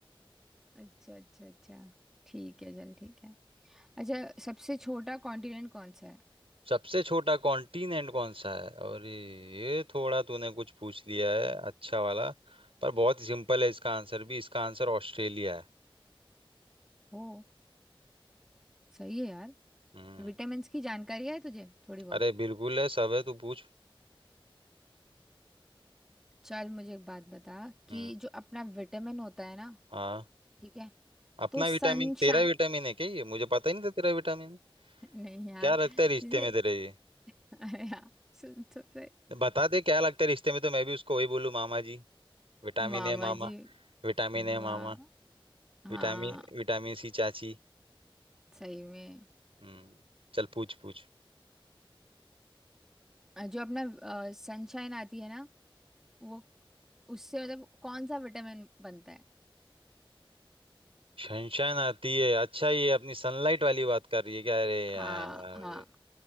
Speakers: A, in the centre; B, on the right (about 75°).
A: अच्छा अच्छा अच्छा ठीक है चल ठीक है अच्छा सबसे छोटा कॉन्टिनेंट कौन सा है
B: सबसे छोटा कॉन्टिनेंट कौन सा है और ये थोड़ा तूने कुछ पूछ लिया है अच्छा वाला पर बहुत सिंपल है इसका आंसर भी इसका आंसर ऑस्ट्रेलिया है
A: ओ सही है यार
B: हम्म
A: विटामिन्स की जानकारी है तुझे थोड़ी बहुत
B: अरे बिल्कुल है सब है तू पूछ
A: चल मुझे एक बात बता कि
B: हम्म
A: जो अपना विटामिन होता है ना
B: हाँ
A: ठीक है
B: अपना
A: तो
B: विटामिन
A: सनशाइन
B: तेरा विटामिन है क्या ये मुझे पता ही नहीं था तेरा विटामिन है
A: <laughs> नहीं यार
B: क्या लगता है रिश्ते
A: जैसे
B: में तेरे ये
A: <laughs> अरे यार सुन तो सही
B: बता दे क्या लगता है रिश्ते में तो मैं भी उसको वही बोलूँ मामा जी विटामिन
A: मामा
B: है मामा
A: जी
B: विटामिन
A: वाह
B: है मामा
A: हाँ
B: विटामिन विटामिन सी चाची
A: सही में
B: हम्म चल पूछ पूछ
A: अ, जो अपना सनशाइन आती है ना वो उससे मतलब कौन सा विटामिन बनता है
B: सनशाइन आती है अच्छा ये अपनी सनलाइट वाली बात कर रही है क्या अरे यार
A: हाँ हाँ